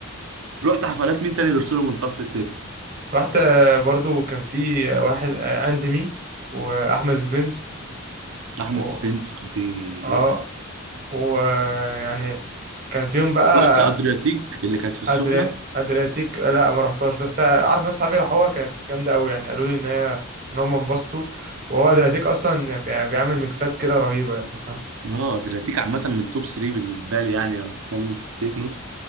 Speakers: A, on the right (about 65°); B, on the right (about 40°).
A: رحت حفلات مين تاني غير سولو منطاد في التكنو
B: رحت آه، برضه كان في آه، واحد آه، اندمي واحمد سبنس
A: احمد
B: و...
A: سبنس خطير
B: اه ويعني كان فيهم بقى
A: رحت ادرياتيك اللي كانت في السخنه
B: أدري... ادرياتيك لا ما رحتهاش بس عارف ناس صحابي راحوها كانت جامده قوي يعني قالوا لي ان هي ان هم انبسطوا وهو ادرياتيك اصلا بي- بيعمل ميكسات كده رهيبه انت فاهم
A: اه ادرياتيك عامه من توب 3 بالنسبه لي يعني لو بتتكلم في التكنو